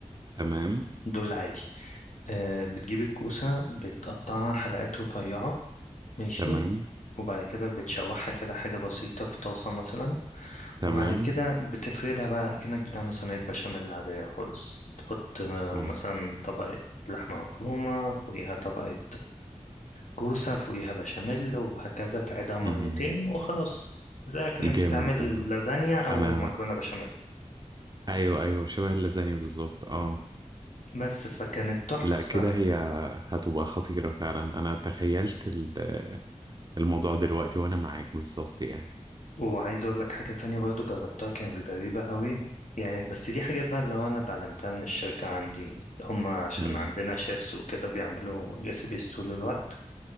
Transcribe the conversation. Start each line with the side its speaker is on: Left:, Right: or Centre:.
Right: تمام
Left: دول عادي آه، بتجيب الكوسة بتقطعها حلقات رفيعة ماشي
Right: تمام
Left: وبعد كده بتشوحها كده حاجة بسيطة في طاسة مثلا
Right: تمام
Left: وبعد كده بتفردها بقى أكنك بتعمل صينية بشاميل عادية خالص تحط آه،
Right: اه
Left: مثلا طبقة لحمة مفرومة فوقيها طبقة كوسة فوقيها بشاميل وهكذا تعيدها مرتين
Right: <laughs> مم.
Left: وخلاص زي كأنك
Right: جامد
Left: بتعمل
Right: ده
Left: لازانيا أو
Right: انا
Left: مكرونة بشاميل
Right: ايوه ايوه شبه اللازاني بالظبط اه
Left: بس فكانت تحفة
Right: لا
Left: صراحة
Right: كده هي هتبقى خطيرة فعلا انا تخيلت ال- الموضوع دلوقتي وانا معاك بالظبط يعني
Left: وعايز أقول لك حاجة تانية برضو جربتها كانت غريبة قوي يعني بس دي حاجات بقى اللي هو أنا اتعلمتها من الشركة عندي هما عشان
Right: مم.
Left: عندنا شيفs وكده بيعملوا ريسيبيز طول الوقت